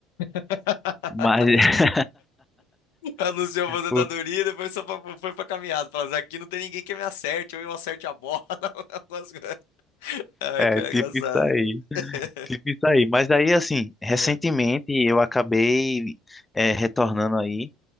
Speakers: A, on the left; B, on the left.
A: <laughs>
B: Mas, <laughs>
A: Anunciou a aposentadoria
B: o-
A: e depois só pra- foi pra caminhada. Falando assim, aqui não tem ninguém que me acerte, ou eu acerte a bola. <laughs> algumas coisas. Ai,
B: é,
A: cara,
B: tipo
A: é engraçado.
B: isso aí.
A: <laughs>
B: Tipo isso aí. Mas daí, assim, recentemente
A: É,
B: eu acabei é, retornando aí,